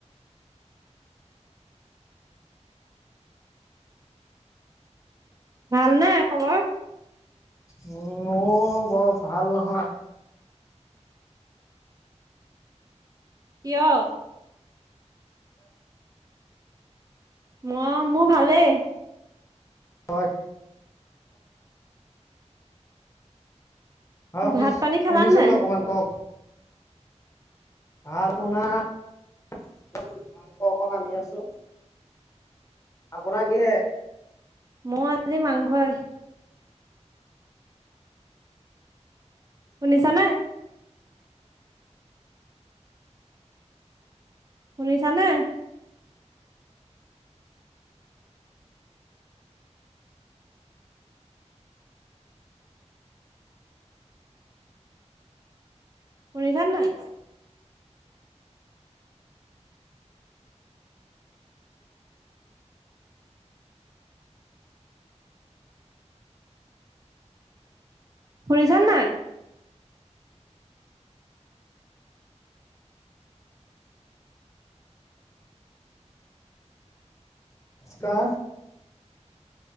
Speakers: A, on the right (about 30°); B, on the left (about 25°).
A: ভাল নাই খবৰ?
B: উম, মোৰ বৰ ভাল নহয়।
A: কিয়? ম মোৰ ভালেই।
B: হয়। হ
A: ভাত
B: শুনিছো-শুনিছিলো
A: পানী খালা নাই
B: অকমান কওক। ভাত আপোনাৰ। মাংস অকণ আনি আছো, আপোনাৰ কিহে?
A: ম আজি মাংসই শুনিছা নে? শুনিছানে? শুনিছানে নাই? ফুৰিছান নাই?
B: কা